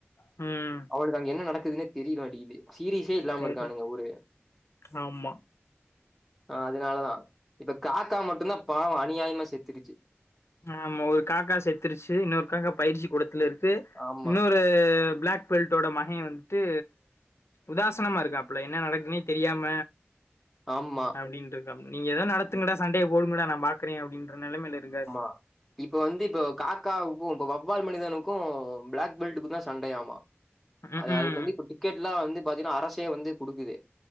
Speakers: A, on the left; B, in the centre.
A: ம்
B: அவனுக்கு அங்க என்ன நடக்குதுனே தெரிய மாட்டிக்கிது சீரியஸே இல்லாம
A: சரி.
B: இருக்கானுங்க ஒரு
A: ஆமா
B: ஆ அதனாலதா இப்ப காக்கா மட்டுதா பாவோ அநியாயமா செத்துருச்சு
A: ஆமா ஒரு காக்கா செத்துருச்சு இன்னொரு காக்கா பயிற்சி கூடத்துலருக்கு
B: ஆமா
A: இன்னொரு பிளக் பெல்ட்டோட மகே வந்துட்டு உதாசனமாருக்கு அப்பல என்ன நடக்குனே தெரியாம
B: ஆமா
A: அப்படின்ருக்கா நீங் ஏதோ நடத்துங்கடா சண்டே போடுங்கடா நா பாக்குறே அப்படின்ற நிலமைல இருக்கார்
B: அ இப்ப வந்து இப்ப காக்கா உப்பொ பக்கொ ஃபுட்பால் மனிதனுக்கும் பிளாக் பெல்டக்கு தான் சண்டை ஆமா
A: ம்ஹும்
B: அது அதுக்கு வந்து குட்டி கிக்கெட்ல்லா வந்து பாத்தீங்கன்னா அரசே வந்து கொடுக்குது